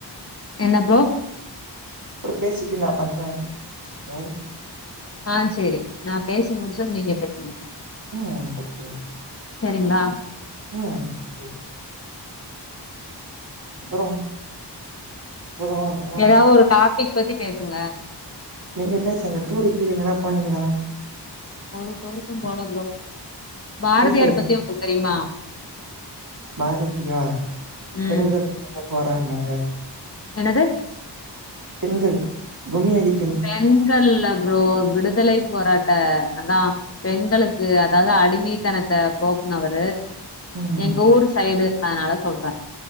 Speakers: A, on the left; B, on the right.
A: என்ன போ
B: அப்ரோ பேசிட்டு நா பண்ற சிஸ்டர்
A: ஆ சேரி நா பேசி முடிச்சது நீங்க பேசுங்க
B: அ ஓக்கே ஒ
A: சரிங்ளா
B: ம் ஓகே ஓகே அப்ரோ போலா வா
A: ஏதாவது ஒரு டாபிக் பத்தி பேசுங்க
B: நீங்க பேசுங்க டூரு கீரு எங்கனா போனீங்களா
A: ஒரு டூருக்கு போல ப்ரோ பாரதியார்
B: ஹவுஸ் ஒய்ஃப்
A: பத்தி உங்குளுக் தெரிமா
B: பாரதியார்
A: ம்
B: பெண் <unintelligible> போராடினவர்
A: என்னது
B: பெண்கள் கும்மியடி
A: பெண்கள் இல்ல ப்ரோ விடுதலை போராட்ட அதா பெண்களுக்கு அதாது அடிமைத்தனத்த போக்னவரு
B: ம்
A: எங்க ஊரு சைடு அதனால சொல்ற